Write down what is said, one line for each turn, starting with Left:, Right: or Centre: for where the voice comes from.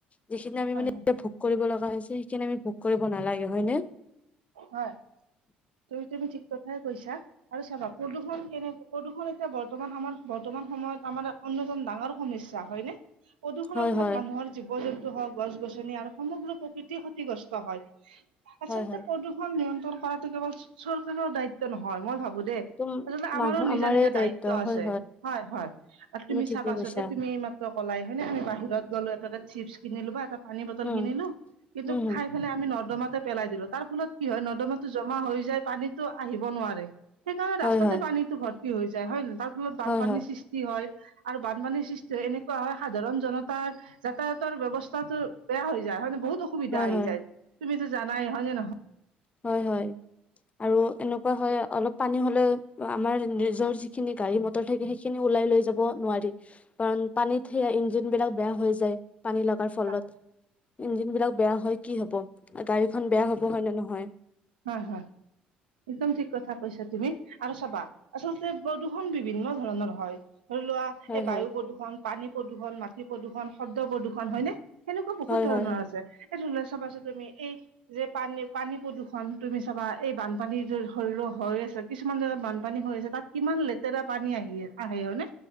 Left: যিখিনি আমি
Right: হয়
Left: মানে
Right: হয়
Left: এতিয়া ভোগ কৰিব লগা হৈছে সেইখিনি আমি ভোগ কৰিব নালাগে হয় নে?
Right: হয় তুমি, তুমি ঠিক কথাই কৈছা আৰু চাবা প্ৰদূষণ কেনেকৈ প্ৰদূৰ্ষণ এতিয়া বৰ্তমান আমাৰ বৰ্তমান সময়ত আমাৰ অন্যতম ডাঙৰ সমস্যা হয় নে প্ৰদূৰষণৰ
Left: হয়
Right: ফলত
Left: হয়
Right: মানুহৰ জীৱ জন্তু হওক গছ গছনি আৰু সমগ্ৰ প্ৰকৃতিয় ক্ষতিগ্ৰস্ত হয় আচলতে
Left: হয় হয়
Right: প্ৰদূষণ নিয়ন্ত্ৰণ কৰাটো কেৱল চৰকাৰৰ দায়িত্ব নহয় মই ভাবো দেই,
Left: এইটো
Right: আচলতে
Left: মানুহ
Right: আমাৰো নিজা
Left: আমাৰে
Right: নিজা দায়িত্ব আছে
Left: হয়
Right: হয় হয় আৰু তুমি
Left: ঠিকে
Right: চাবাচোন
Left: কৈছা
Right: এই তুমি এইমাত্ৰ কলাই হয় নে আমি বাহিৰত গলো এটাে চিপছ কিনিলো বা এটা পানী বটল
Left: উম
Right: কিনিলো কিন্তু
Left: উম হম
Right: খাই ফালে আমি নৰ্দমাতে পেলাই দিলো তাৰ ফলত কি হয় নৰ্দমাটো জমা হৈ যায় পানীতো আহিব নোৱাৰে সেইকাৰণে
Left: হয়
Right: ৰাস্তাতে
Left: হয়
Right: পানীতো ভৰ্তি হৈ যায় হয় নে তাৰ ফলত বানপানীৰ
Left: হয় হয়
Right: সৃষ্টি হয় আৰু বানপানীৰ সৃষ্টি এনেকুৱা হয় সাধাৰণ জনতাৰ যাতায়াতৰ ব্যৱস্থাটো বেয়া হৈ যায় হয়ানে বহুত অসুবিধা
Left: হয়
Right: আহি
Left: হয়
Right: যায় তুমিতো জানাই ন হয়য় নে নহয়
Left: হয় হয় আৰু এনেকুৱা হয় অলপ পানী হলে আমাৰ নিজৰ যিখিনি গাড়ী মটৰ থাকে সেইখিনি ওলাই লৈ যাব নোৱাৰি। কাৰণ পানীত সেয়া ইঞ্জিন বিলাক বেয়া হৈ যায়। পানী লগাৰ ফলত
Right: হয়
Left: ইঞ্জিন বিলাক বেয়া হয় কি হব গাড়ীখন বেয়া হব হয় নে নহয়।
Right: হয়। হয়। একদম ঠিক কথা কৈছা তুমি আৰু চাবা আচলতে প্ৰদূষণ বিভিন্ন ধৰণৰ হয়। ধৰি লোৱা
Left: হয়
Right: এই
Left: হয়
Right: বায়ু প্ৰদূৰণ পানী প্ৰদূৰ্ষণ মাটি প্ৰদূৰ্ষণ শব্দ প্ৰদূৰণ হয়নে সেনেকুৱা বহুত
Left: হয় হয়
Right: ধৰণৰ
Left: হয়
Right: আছে এইটো উুল্ চাপ পাইছো তুমি এই যে পানী পানী প্ৰদূষণ তুমি চাবা এই বানপানীৰ শৰীৰ হৈ আছে কিছুমান জেগাত বানপানী হৈ আছে তাত কিমান লেতেৰা পানী আহি আহে হয় নে